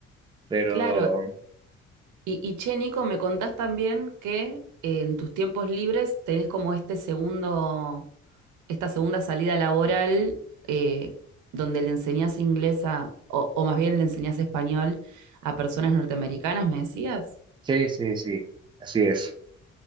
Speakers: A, on the right (about 15°); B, on the right (about 80°).
A: pero
B: claro. Y, y che, Nico, me contás también que eh, en tus tiempos libres tenés como este segundo esta segunda salida laboral eh, donde le enseñás inglés a, o, o más bien le enseñás español a personas norteamericanas, me decías.
A: sí, sí, sí, así es,